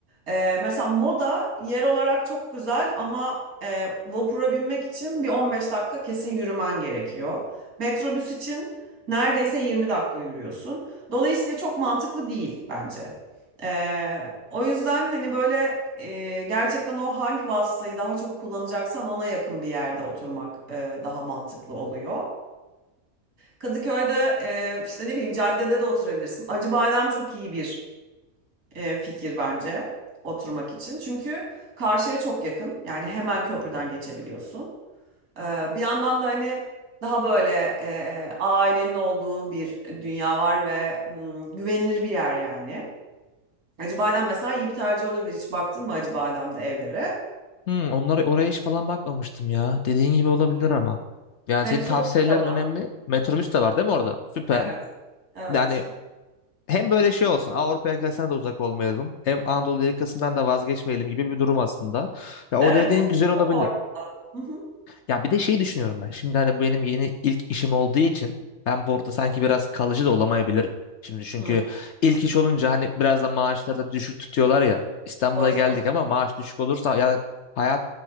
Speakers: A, on the right; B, on the left.
A: Ee, mesela Moda yer olarak çok güzel ama e, vapura binmek için bir 15 dakika kesin yürümen gerekiyor. Metrobüs için neredeyse 20 dakika yürüyorsun. Dolayısıyla çok mantıklı değil bence. Ee, o yüzden hani böyle e, gerçekten o hangi vasıtayı daha çok kullanacaksan ona yakın bir yerde oturmak e, daha mantıklı oluyor. Kadıköy'de e, işte ne bileyim caddede de oturabilirsin. Acıbadem çok iyi bir e, fikir bence oturmak için. Çünkü karşıya çok yakın. Yani hemen köprüden geçebiliyorsun. Ee, bir yandan da hani daha böyle e, ailenin olduğu bir dünya var ve mm, güvenilir bir yer yani. Hacı Badem mesela iyi bir tercih olabilir. Hiç baktın mı Hacı Badem'de evlere?
B: Hmm, onlara oraya hiç falan bakmamıştım ya. Dediğin gibi olabilir ama. Yani
A: Metro
B: senin tavsiyelerin
A: de var.
B: önemli. Metrobüs de var değil mi orada? Süper.
A: Evet. Evet.
B: Yani hem böyle şey olsun. Avrupa yakasına da uzak olmayalım. Hem Anadolu yakasından da vazgeçmeyelim gibi bir durum aslında. Ya
A: Evet
B: o dediğin
A: çok
B: güzel olabilir.
A: çok ortada. Hı hı.
B: Ya bir de şey düşünüyorum ben. Şimdi hani bu benim yeni ilk işim olduğu için ben burada sanki biraz kalıcı da olamayabilirim. Şimdi çünkü
A: Hı,
B: ilk iş olunca hani biraz da maaşları da düşük tutuyorlar ya. İstanbul'a
A: Doğru
B: geldik
A: söylüyorsun.
B: ama maaş düşük olursa ya hayat